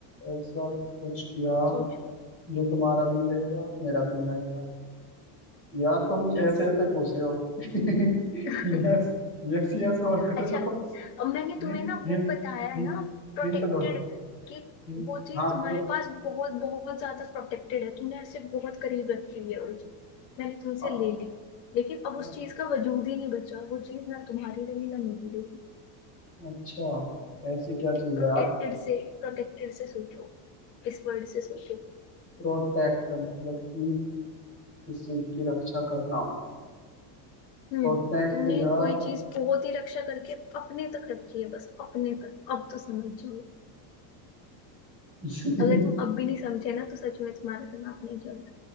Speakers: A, on the left; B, on the left.
A: ऐसा कुछ किया
B: सोचो
A: जो तुम्हारा भी नहीं रहेगा मेरा भी नहीं रहेगा यार तुम
B: यस
A: ऐसे ऐसे पूछ रहे हो <laughs>
B: <laughs>
A: यस यस यस और कर
B: अच्छा
A: लो
B: अब मैंने तुम्हें
A: हिंट
B: ना
A: हिंट
B: वो बताया
A: हिंट
B: ना प्रोटेक्टेड
A: हिंट दो
B: कि
A: हिंट
B: वो चीज
A: हाँ
B: तुम्हारे
A: प्रो
B: पास बहुत बहुत ज्यादा प्रोटेक्टेड है तुमने ऐसे बहुत करीब रखी हुई है वो चीज मैंने तुमसे
A: अ-
B: ले ली लेकिन अब
A: अ-
B: उस चीज का वजूद ही नहीं बचा वो चीज ना तुम्हारी रही ना मेरी रही
A: अच्छा ऐसी क्या चीज
B: प्रोटेक्टेड
A: है यार
B: से प्रोटेक्टेड से सोचो इस वर्ड से सोचो
A: प्रोटेक्ट मतलब कि किसी की रक्षा करना
B: हम्म
A: प्रोटेक्ट
B: तुमने
A: यार
B: कोई चीज बहुत ही रक्षा करके अपने तक रखी है बस अपने तक अब तो समझ जाओ
A: <laughs>
B: अगर तुम अब भी नहीं समझे ना तो सच में तुम्हारा दिमाग नहीं चल